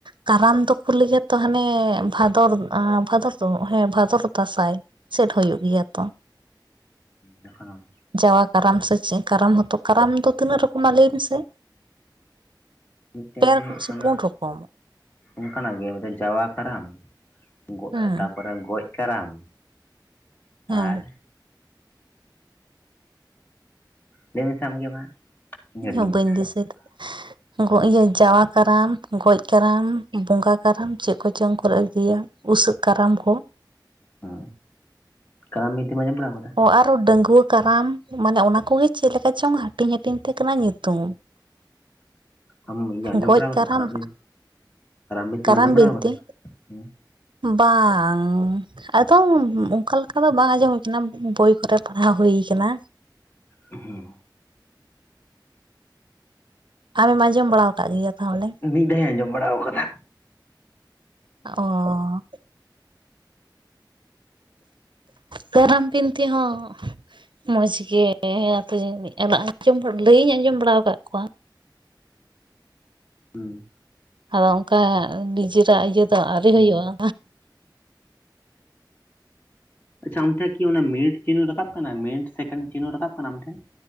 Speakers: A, on the right; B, on the left.
A: ᱠᱟᱨᱟᱢ ᱫᱚᱠᱚ ᱞᱟᱹᱭᱟ ᱛᱚ ᱦᱟᱱᱮ ᱵᱷᱟᱫᱚᱨ ᱵᱷᱟᱫᱚᱨ ᱫᱚ ᱦᱮᱸ ᱵᱷᱟᱫᱚᱨ ᱫᱟᱥᱟᱭ ᱥᱮᱴ ᱦᱚᱭᱚᱜ ᱜᱮᱭᱟ ᱛᱚ
B: ᱡᱟᱦᱟᱸ
A: ᱡᱟᱣᱟ ᱠᱟᱨᱟᱢ ᱥᱮ ᱪᱮᱫ ᱠᱟᱨᱟᱢ ᱦᱚᱸᱛᱚ ᱠᱟᱨᱟᱢ ᱫᱚ ᱛᱤᱱᱟᱹᱜ ᱨᱚᱠᱚᱢᱟ ᱞᱟᱹᱭ ᱢᱮᱥᱮ
B: ᱢᱤᱫᱴᱮᱱ
A: ᱯᱮ ᱨᱚᱠᱚᱢ
B: ᱫᱚ
A: ᱥᱮ
B: ᱚᱱᱟ
A: ᱯᱩᱱ ᱨᱚᱠᱚᱢ
B: ᱚᱱᱠᱟᱱᱟᱜ ᱜᱮ ᱢᱮᱫᱴᱟᱹᱝ ᱡᱟᱣᱟ ᱠᱟᱨᱟᱢ ᱜᱚ
A: ᱦᱮᱸ
B: ᱛᱟᱯᱚᱨᱮ ᱜᱚᱡ ᱠᱟᱨᱟᱢ
A: ᱦᱮᱸ
B: ᱟᱨ ᱞᱟᱹᱭ ᱢᱮᱥᱮ ᱟᱢᱜᱮ ᱢᱟ ᱤᱧ
A: ᱤᱧᱦᱚᱸ
B: ᱦᱤᱲᱤᱧ
A: ᱵᱟᱹᱧ
B: ᱠᱟᱫᱟ
A: ᱫᱤᱥᱟᱹᱭᱫᱟ
B: <inaudible>
A: ᱜᱚ ᱤᱭᱟᱹ ᱡᱟᱣᱟ ᱠᱟᱨᱟᱢ ᱜᱚᱡ ᱠᱟᱨᱟᱢ ᱵᱚᱸᱜᱟ ᱠᱟᱨᱟᱢ ᱪᱮᱫ ᱠᱚᱪᱚᱝ ᱠᱚ ᱞᱟᱹᱭ ᱤᱫᱤᱭᱟ ᱩᱥᱟᱹᱜ ᱠᱟᱨᱟᱢ ᱠᱚ
B: ᱦᱮᱸ ᱠᱟᱨᱟᱢ ᱵᱤᱱᱛᱤᱢ ᱟᱡᱚᱢ ᱵᱟᱲᱟᱣ ᱠᱟᱫᱟ?
A: ᱚ ᱟᱨᱚ ᱰᱟᱺᱜᱣᱟᱹ ᱠᱟᱨᱟᱢ ᱢᱟᱱᱮ ᱚᱱᱟ ᱠᱚᱜᱮ ᱪᱮᱫ ᱞᱮᱠᱟ ᱪᱚᱝ ᱦᱟ ᱴᱤᱧ ᱦᱟᱹᱴᱤᱧ ᱛᱮ ᱠᱟᱱᱟ ᱧᱩᱛᱩᱢ
B: ᱟᱢ ᱤᱭᱟᱹ ᱟᱸᱡᱚᱢ
A: ᱜᱚᱡ
B: ᱵᱟᱲᱟ ᱟᱠᱟᱫᱟ
A: ᱠᱟᱨᱟᱢ
B: ᱵᱤᱱᱛᱤ ᱵᱤᱱᱛᱤᱢ
A: ᱠᱟᱨᱟᱢ
B: ᱟᱸᱡᱚᱢ ᱵᱟᱲᱟ
A: ᱵᱤᱱᱛᱤ
B: ᱟᱠᱟᱫᱟ ᱦᱩᱸ
A: ᱵᱟᱝ ᱟᱫᱚ ᱚᱱᱠᱟ ᱞᱮᱠᱟ ᱫᱚ ᱵᱟᱝ ᱟᱸᱡᱚᱢ ᱚᱱᱟ ᱵᱳᱭ ᱠᱚᱨᱮ ᱯᱟᱲᱦᱟᱣ ᱦᱩᱭ ᱠᱟᱱᱟ
B: ᱦᱩᱸ
A: ᱟᱢᱮᱢ ᱟᱸᱡᱚᱢ ᱵᱟᱲᱟ ᱟᱠᱟᱫ ᱜᱮᱭᱟ ᱛᱟᱦᱚᱞᱮ?
B: ᱢᱤᱫ ᱫᱷᱟᱣ ᱤᱧ ᱟᱸᱡᱚᱢ ᱵᱟᱲᱟ ᱠᱟᱫᱟ
A: ᱚ
B: <inaudible>
A: ᱠᱟᱨᱟᱢ ᱯᱤᱱᱛᱤ ᱦᱚᱸ ᱢᱚᱸᱡᱽ ᱜᱮ ᱦᱮᱸ ᱟᱯᱮ ᱡᱟᱹᱱᱤᱡ ᱟᱢᱟᱜ ᱩᱪᱩᱢ ᱜᱮ ᱞᱟᱹᱭᱤᱧ ᱟᱸᱡᱚᱢ ᱵᱟᱲᱟᱣᱟᱠᱟᱜ ᱠᱚᱣᱟ
B: ᱦᱩᱸ
A: ᱟᱫᱚ ᱚᱱᱠᱟ ᱱᱤᱡᱮᱨᱟᱜ ᱤᱭᱟᱹ ᱫᱚ ᱟᱹᱣᱨᱤ ᱦᱩᱭᱩᱜᱼᱟ
B: ᱟᱪᱪᱷᱟ ᱟᱢᱴᱷᱮᱱ ᱠᱤ ᱚᱱᱟ ᱢᱤᱱᱤᱴ ᱪᱤᱱᱩ ᱨᱟᱠᱟᱵ ᱠᱟᱱᱟ ᱢᱤᱱᱤᱴ ᱥᱮᱠᱮᱱᱰ ᱪᱤᱱᱩ ᱨᱟᱠᱟᱵ ᱠᱟᱱᱟ ᱟᱢᱴᱷᱮᱱ